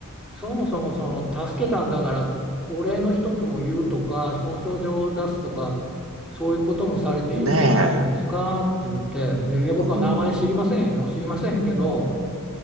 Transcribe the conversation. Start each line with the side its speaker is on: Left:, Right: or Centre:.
Centre: そもそもその助けたんだから、お礼の一つも言うとか、表彰状を出すとか、そういうこともされていいんじゃないんですかって言って、
Right: ねえ。
Centre: で、いや、僕は名前知りませんよ、
Right: うん。
Centre: 知りませんけど、